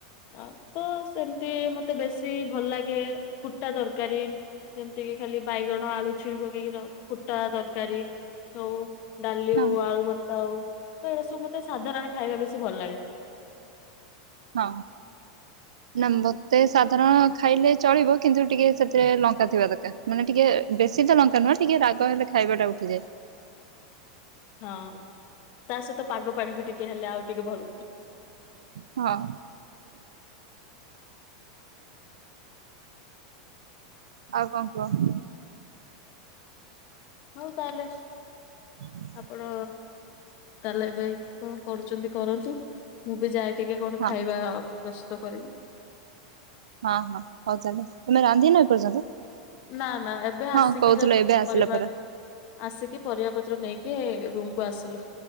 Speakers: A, on the left; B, on the right.
A: ଆ ତ ସେମତି ମତେ ବେଶୀ ଭଲ ଲାଗେ ଫୁଟା ତରକାରୀ। ଯେମତି କିି ଖାଲି ବାଇଗଣ, ଆଳୁ, ଛୁଇଁ ପକେଇକି ଖାଅ ଫୁ ଫୁଟା ତରକାରୀ ହୋଉ ଡାଲି
B: ହଁ
A: ହୋଉ ଆଳୁ ଭର୍ ତା ହୋଉ କୌଣସି ମତେ ସାଧାରଣ ଖାଇବା ବେଶୀ ଭଲ ଲାଗେ।
B: ହଁ। ନା ମତେ ସାଧାରଣ ଖାଇଲେ ଚଳିବ କିନ୍ତୁ ଟିକେ ସେଥିରେ ଲଙ୍କା ଥିବା ଦରକାର। ମାନେ ଟିକେ ବେଶୀ ତ ଲଙ୍କା ନୁହଁ ଟିକେ ରାଗ ହେଲେ ଖାଇବାଟା ଉଠିଯାଏ।
A: ହଁ ତା ସହିତ ପାଗ ପାଣି ବି ଟିକେ ହେଲେ ଆଉ ଟିକେ ଭଲ।
B: ହଁ। ଆଉ କଣ କୁହ?
A: ଆଉ କଲେଜ୍
B: ହୁଁ <unintelligible>
A: ଆପଣ ତାହେଲେ ଏବେ କଣ କରୁଛନ୍ତି କରନ୍ତୁ? ମୁଁ ବି ଯାଏ ଟିକେ କଣ
B: ହଁ
A: ଖାଇବା ପ୍ରସ୍ତୁତ କରିବି।
B: ହଁ ହଁ ହଉ ତାହେଲେ ତମେ ରାନ୍ଧିନ ଏପର୍ଯ୍ୟନ୍ତ?
A: ନା ନା ଏବେ ଆସିକି
B: ହଁ କହୁଥିଲ
A: ଜଷ୍ଟ
B: ଏବେ ଆସିଲା
A: ପରିବାର
B: ପରା।
A: ଆସିକି ପରିବା ପତ୍ର ନେଇକି ରୁମକୁୁ ଆସିଲୁ।